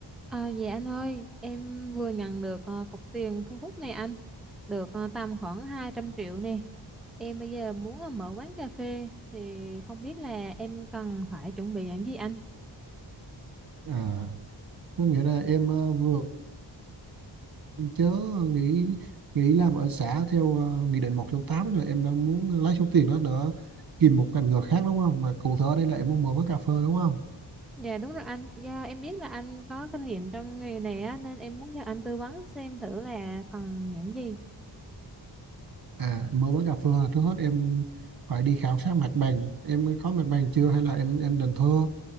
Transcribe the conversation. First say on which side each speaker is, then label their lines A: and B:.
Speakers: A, in the centre; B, on the right.
A: À, dạ anh ơi, em vừa nhận được ờ, cục tiền thu hút này anh, được ờ, tầm khoảng 200 triệu nè. Em bây giờ muốn ờ, mở quán cà phê thì không biết là em cần phải chuẩn bị những gì anh.
B: À, có nghĩa là em ờ, vừa chớ nghỉ nghỉ làm ở xã theo ờ, nghị định một trăm sáu mươi tám rồi em đang muốn lấy số tiền đó để tìm một ngành nghề khác đúng không? Mà cụ thể ở đây là em muốn mở quán cà phê đúng không?
A: Dạ đúng rồi anh, do em biết là anh có kinh nghiệm trong nghề này á, nên em muốn nhờ anh tư vấn xem thử là cần những gì.
B: À, em mở quán cà phê là trước hết em phải đi khảo sát mặt bằng. Em có mặt bằng chưa hay là em em định thuê?